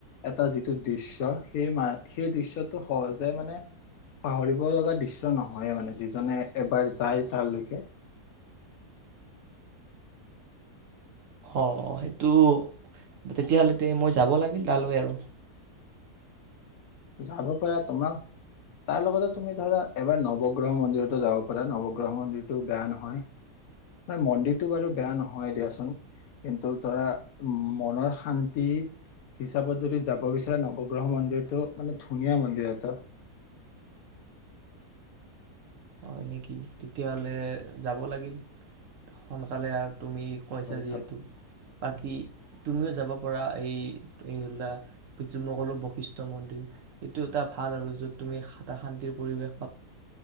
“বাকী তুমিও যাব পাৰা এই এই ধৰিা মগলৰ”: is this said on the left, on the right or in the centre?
Right